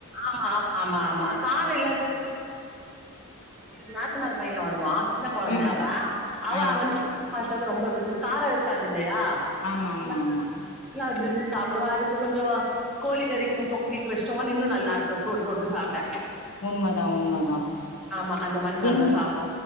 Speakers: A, in the centre; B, on the left.
A: ஆமா ஆமா ஆமா ஆமா காரம் இல்லது <inaudible> நாத்னார் பையன் வருவான் சின்ன குழந்தை
B: ம்
A: அவன் அவன்
B: ஆ
A: வந்து ரொம்ப விரும்பி காரம் இருக்காது இல்லையா
B: ஆமா ஆமா
A: <inaudible>
B: ஆமா
A: இருந்து சாப்பிடுவா அதுக்கு கொஞ்ச கோழி கறிக்கும் தொக்கிக்கு விஷ்டமா நின்ன்னும்ன் <inaudible> ல்ல இருக்கும் சூடுட்டு சாப்பிட
B: உண்மதா உண்மதா
A: ஆமா அந்த மாரி நல்லா
B: எங்
A: சாப்